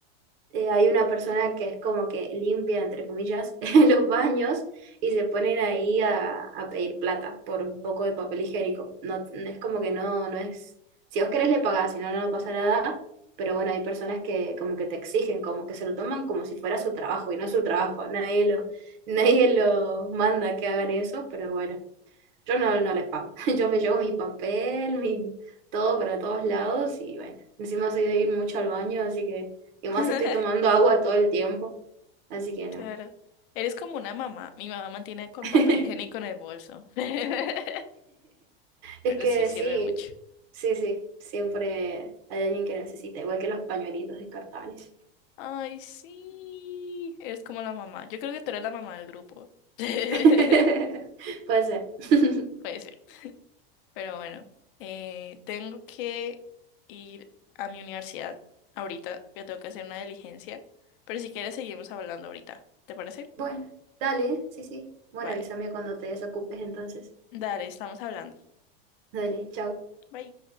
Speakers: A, on the right; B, on the left.
A: eh, hay una persona que es como que limpia, entre comillas, <laughs> los baños y se ponen ahí a, a pedir plata por un poco de papel higiénico. No, es como que no, no es... Si vos querés le pagás, si no, no pasa nada. Pero bueno, hay personas que como que te exigen, como que se lo toman como si fuera su trabajo y no es su trabajo. Nadie lo, <laughs> nadie lo manda que hagan eso, pero bueno. Yo no, no les pago. <laughs> Yo me llevo mi papel, mi todo para todos lados y bueno, encima soy de ir mucho al baño, así que, y más
B: <laughs>
A: si estoy tomando agua todo el tiempo, así que no.
B: Claro. Eres como una mamá. Mi mamá mantiene con
A: <laughs>
B: papel higiénico en el bolso. <laughs>
A: Es
B: Pero
A: que
B: sí sirve
A: sí,
B: mucho.
A: sí, sí, siempre hay alguien que necesita, igual que los pañuelitos descartables.
B: Ay, sí. Eres como la mamá. Yo creo que tú eres la mamá del grupo. <laughs> Puede
A: <laughs> Puede ser. <laughs>
B: ser. Pero bueno, eh, tengo que ir a mi universidad ahorita. Yo tengo que hacer una diligencia. Pero si quieres, seguimos hablando ahorita. ¿Te parece?
A: Bueno, dale, sí, sí. Bueno,
B: Vale.
A: avísame cuando te desocupes entonces.
B: Dale, estamos hablando.
A: Dale, chao.
B: Bye.